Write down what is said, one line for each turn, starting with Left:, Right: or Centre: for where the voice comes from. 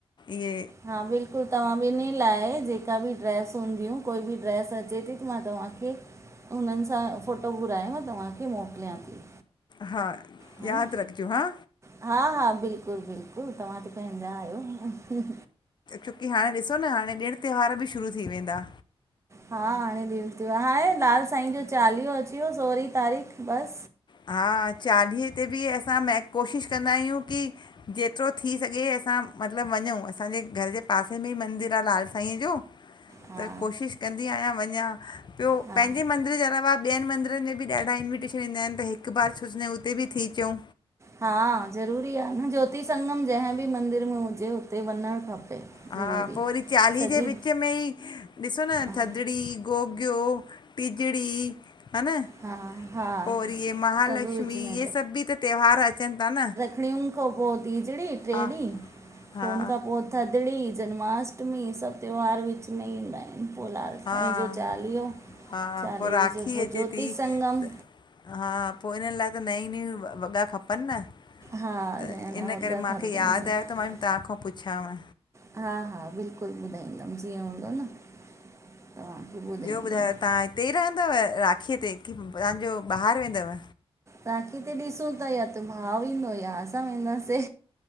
Left: इए
Right: हा बिल्कुल तव्हां ॿिन्हनि लाए जे नवि ड्रैस हूंदियूं कोई बि ड्रैस अचे थी त मां तव्हांखे हुनन सां फोटो घुराए मां तव्हांखे मोकलियां थी
Left: हा
Right: हा
Left: याद
Right: न
Left: रखजो हां
Right: हा हा बिल्कुल बिल्कुल तव्हां त पंहिंजा आहियो
Left: छोकी हाणे ॾिसो न हाणे ॾिण त्योहार भी शुरू थी वेंदा
Right: हा हाणे ॾिण त्योहार, हा हाणे लाल साईं जो चालीहो अची वियो सोरहीं तारीख़ बस
Left: हा चालीहे ते भी असां मेन कोशिश कंदा आहियूं की जेतरो थी सघे असां मतलब वञउं, असांजे घर जे पासे में ई मंदिर आ लाल साईंअ जो
Right: हा
Left: त कोशिश कंदी आहियां वञा ॿियो
Right: हा
Left: पंहिंजे मंदिर जे अलावा ॿियन मंदिरन में बि ॾाडा इंविटेशन ईंदा आहिन त हिक बार सोचंदा आहियूं हुते बि थी अचऊं
Right: हा ज़रूरी आ न ज्योति संगम जंहिं भी मंदर में हुजे हुते वञण खपे
Left: हा
Right: ज़रूरी
Left: पो वरी चालीह
Right: सॼी
Left: जे विच में ई ॾिसो न
Right: हा
Left: थधड़ी गोगियो टीजड़ी हा न
Right: हा हा
Left: पो वरी ए महालक्ष्मी
Right: सभु विच में
Left: इहे सभ भी त त्योहार अचन था न
Right: रखिणिन खां पो टीजड़ी ट्रे
Left: हा
Right: ॾींहं
Left: हा
Right: हुन खां पो थदड़ी जन्माष्टमी सब त्योहार विच में ईंदा आहिन पो लाल
Left: हा
Right: साईं जो चालीहो,
Left: हा
Right: चालीह
Left: पोइ राखी
Right: जो पो
Left: अचे
Right: ज्योति
Left: थी
Right: संगम
Left: त हा पो इन्हन लाए त नय नयूं वॻा खपन न
Right: हा
Left: त
Right: नया नया
Left: इन
Right: वॻा
Left: करे मां
Right: खपनि
Left: खे याद
Right: सभु
Left: आयो त मां तव्हां खां पुछयांव
Right: हा हा बिल्कुल ॿुधाईंदम जीअं हूंदो न तव्हांखे ॿुधाईंदमि
Left: ॿियो ॿुधायो तां हिते ई रहंदव राखीअ ते की तहांजो ॿाहर वेंदव
Right: राखी ते ॾिसूं था या त भाव ईंदो या असां वेंदासे